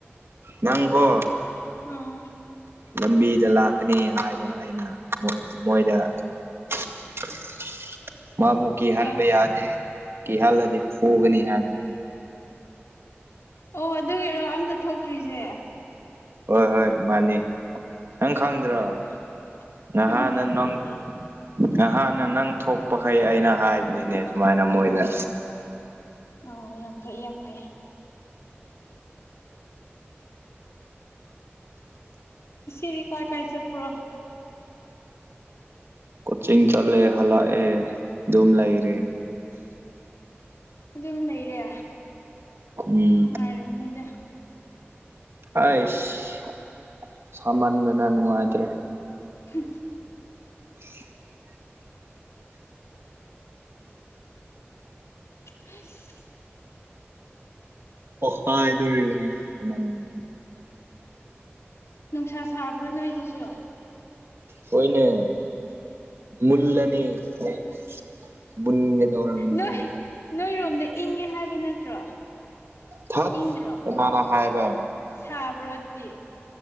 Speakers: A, on the right (about 65°); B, on the left (about 85°).
A: ꯅꯪ ꯀꯣ
B: ꯎꯝ
A: ꯂꯝꯕꯤꯗ ꯂꯥꯛꯀꯅꯤ ꯍꯥꯏꯕ ꯑꯩꯅ ꯃꯣꯏꯗ <unintelligible> ꯃꯥꯕꯨ ꯀꯤꯍꯟꯕ
B: ꯑꯧ
A: ꯌꯥꯗꯦ ꯀꯤꯍꯜꯂꯗꯤ ꯐꯨꯒꯅꯤ ꯍꯥꯏꯕ
B: ꯑꯣ ꯑꯗꯨꯒꯤꯔꯣ ꯑꯝꯇ ꯊꯣꯛꯇ꯭ꯔꯤꯁꯦ
A: ꯍꯣꯏ ꯍꯣꯏ ꯃꯥꯅꯦ ꯅꯪ ꯈꯪ ꯗ꯭ꯔꯣ
B: ꯑꯣ
A: ꯉꯍꯥꯟꯅ
B: ꯈꯪꯗꯦꯅꯦ
A: ꯅꫭꯡ
B: ꯑꯩꯗꯤ
A: ꯉꯍꯥꯟꯅ ꯅꯪ ꯊꯣꯛꯄꯈꯩ ꯑꯩꯅ ꯍꯥꯏꯕꯅꯤꯅꯦ ꯁꯨꯝꯃꯥꯏꯅ ꯃꯣꯏꯗ
B: ꯑꯣ ꯑꯣ ꯌꯥꯝ ꯐꯩ ꯌꯥꯝ ꯐꯩ ꯉꯁꯤꯗꯤ ꯀꯥꯏ ꯀꯥꯏ ꯆꯠꯄ꯭ꯔꯣ
A: ꯀꯣꯆꯤꯡ ꯆꯠꯂꯦ ꯍꯜꯂꯛꯑꯦ ꯑꯗꯨꯝ ꯂꯩꯔꯦ
B: ꯑꯗꯨꯝ ꯂꯩꯔꯦ
A: ꯎꯝ
B: ꯅꯨꯡꯉꯥꯏꯔꯝꯅꯤꯗ
A: ꯑꯥꯏꯁ ꯁꯥꯃꯟꯗꯅ ꯅꯨꯡꯉꯥꯏꯇꯦ
B: <unintelligible>
A: <inaudible>
B: ꯍꯩꯁ
A: ꯄꫭꯈꯥꯏꯗꫭꯔꯦꯅꯦ ꯁꯥꯃꯟ <unintelligible>
B: ꯅꯨꯡꯁꯥ ꯁꯥꯕ꯭ꯔꯣ ꯅꯣꯏꯗꯨꯁꯨ
A: ꯍꯣꯏꯅꯦ ꯃꯨꯜꯂꯅꯤ ꯑꯩ ꯃꯨꯟꯒꯦ ꯇꯧꯔꯕꯅꯦ
B: ꯅꯣꯏ
A: ꯑꯩ
B: ꯅꯣꯏꯔꯣꯝꯗ ꯏꯪꯉꯦ ꯍꯥꯏꯕ ꯅꯠꯇ꯭ꯔꯣ
A: ꯊꯠ
B: ꯏꯪꯗ꯭ꯔꯣ
A: ꯀꯅꯥꯅ ꯍꯥꯏꯕ
B: ꯁꯥꯕ꯭ꯔꯣ ꯑꯗꯨꯗꯤ